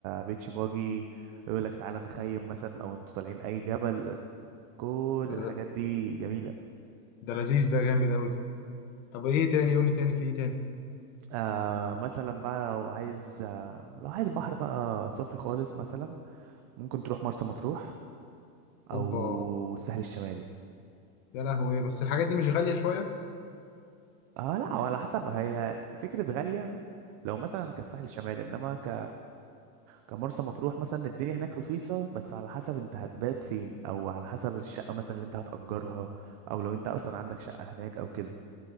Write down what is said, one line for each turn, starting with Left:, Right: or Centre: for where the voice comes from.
Right: بيتش باجي يقول لك تعالى نخيم مثلا أو انتوا طالعين أي جبل كل
Left: ده,
Right: الحاجات دي جميلة
Left: ده لذيذ ده جامد قوي ده طب ايه تاني قول لي تاني في ايه تاني
Right: آه مثلا بقى لو عايز آه لو عايز بحر بقى صافي خالص مثلا ممكن تروح مرسى مطروح أو
Left: اوبا
Right: الساحل الشمالي
Left: يا لهوي بس الحاجات دي مش غالية شوية
Right: اه لا على حسب هي فكرة غالية لو مثلا كالساحل الشمالي انما ك كان مرسى مطروح مثلا الدنيا هناك رخيصة بس على حسب انت هتبات فين او على حسب الشقة مثلا اللي انت هتأجرها او لو انت اصلا عندك شقة هناك او كده